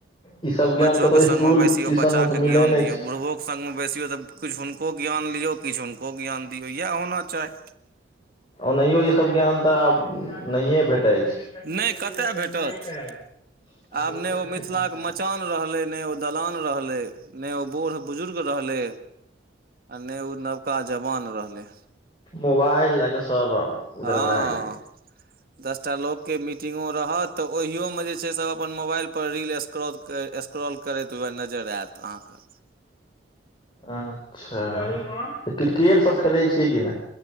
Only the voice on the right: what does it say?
बच्चोके
संगमे
बैसियौ
बच्चाे
ज्ञान
दियौ
बुढ़बोे सङ्गमे बैसियौ तऽ कुछ हुनको ज्ञान लियौ किछु हुनको ज्ञान दियौ इएह होना चाही
नहि
कतय
भेटत
आब
नहि ओ
मिथिलाके मचान रहलै नहि ओ दलान रहलै नहि ओ बूढ़ बुजुर्ग रहलै आ नहि ओ नवका जवान रहलै
हँ
दसटा लोकके मीटिंगो रहत तऽ ओहियो मे जे छै सब अपन मोबाइल पर रील स्क्रॉल स्क्रॉल करैत वएह नजरि आएत अहाँके